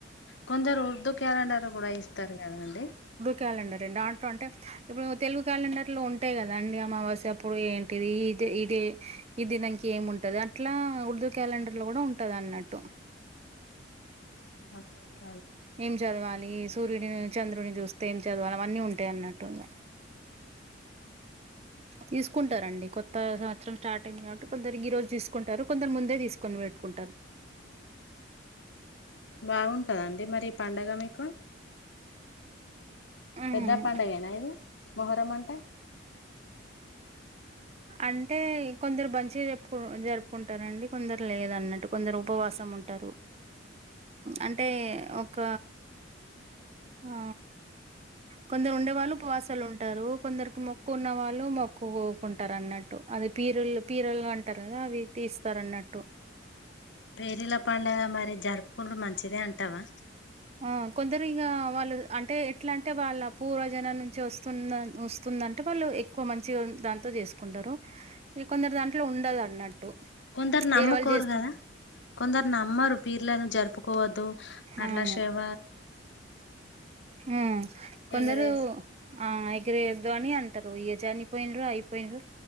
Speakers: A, on the left (about 70°); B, on the right (about 35°).
A: కొందరు ఉర్దూ క్యాలెండర్ కూడా ఇస్తారు కదండి
B: క్యాలండర్ రం ఆట్లో అంటే ఇప్పుడు తెలుగు క్యాలెండర్ లో ఉంటాయి కదా అండి అమావాస్య అప్పుడు ఏంటిది ఇే ఇది దానికి ఏం ఉంటది అట్లా ఉర్దూ క్యాలెండర్ లో కూడా ఉంటది అన్నట్టు
A: ఆ
B: ఏం చదవాలి సూర్యుడి చంద్రుని చూస్తే ఏం చదవాలి అవన్నీ ఉంటాయి అన్నట్టుగా తీసుకుంటారండి కొత్త సంవత్రం స్టార్ట్ అయింది కాబట్టి కొందరు ఈ రోజు తీసుకుంటారు కొందరు ముందే తీసుకొని పెట్టుకుంటారు
A: బాగుంటందండి మరి ఈ పడుగ మీకు
B: హ్మ్.
A: పెద్ద పండుగేనా ఇది మొహరం అంటే
B: అంటే కొందరు మంచిగా చెప్పుకు జరుపుకుంటారంండి కొందరు లేదన్నట్టు కొందరు ఉపవాసం ంట అంటే ఒక ఆ కొందరు ఉండే వాళ్ళు పాసలు ఉంటారు కొందరికి మొక్కు ఉన్న వాళ్ళు మొక్కుకుంటారు అంటారున్నట్టు అది పీరుళ పీరులు అంటారు కదా అవి తీస్తారున్నట్టు
A: పేరీల పండుగ మరి జరుపుకుంటడు మంచిదే అంటావా
B: ఆ కొందరు ఇక వాళ్ళు అంటే ఎట్లా అంటే వాళ్ళ పూవజనా నుంచి వస్తుంద వస్తుందంటే వాళ్ళు ఎక్కువ మంచిగా దాంతో చేసుకుంటారు ఈ కొందరు దాంట్లో ఉండదు అన్నట్
A: కొందరు నమ్ముకోరు
B: వేరే వాళ్ళు చేస్తుంటారు
A: కదా కొందరు నమ్మరు పీర్లను జరుపుకోవద్దు అట్లా
B: అవును
A: సేవ
B: ఆ కొందరు
A: ఎగరేసి
B: ఆ ఇగర అని అంటారు ఏజ అనిపోయిన్రు అయిపోయిన్రు